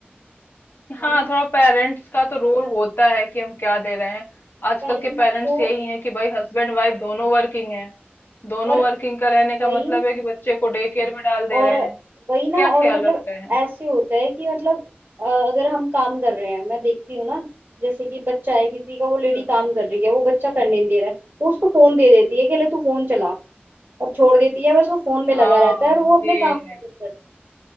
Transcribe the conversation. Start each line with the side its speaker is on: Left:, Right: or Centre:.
Left: हाँ
Right: है ना
Left: थोड़ा पेरेंट्स का तो रोल होता है कि हम क्या दे रहे हैं आजकल
Right: पेरेंट्स
Left: के पेरेंट्स
Right: को
Left: यही हैं कि भाई हस्बैंड वाइफ दोनों वर्किंग हैं दोनों
Right: और
Left: वर्किंग का रहने का
Right: वही
Left: मतलब है कि बच्चे को डे केयर में डाल दे
Right: और
Left: रहे हैं
Right: वही ना
Left: क्या
Right: और
Left: ख्याल
Right: मतलब
Left: रख रहे हैं
Right: ऐसे होता है कि मतलब अ, अगर हम काम कर रहे हैं मैं देखती हूँ ना जैसे कि बच्चा है किसी का वो लेडी
Left: हम्म।
Right: काम कर रही है वो बच्चा करने नहीं दे रहा है वो उसको फोन दे देती है कि ले तू फोन चला और छोड़ देती है बस वो फोन में
Left: हाँ
Right: लगा रहता है और वो अपने
Left: ये
Right: काम खत्म
Left: है
Right: करती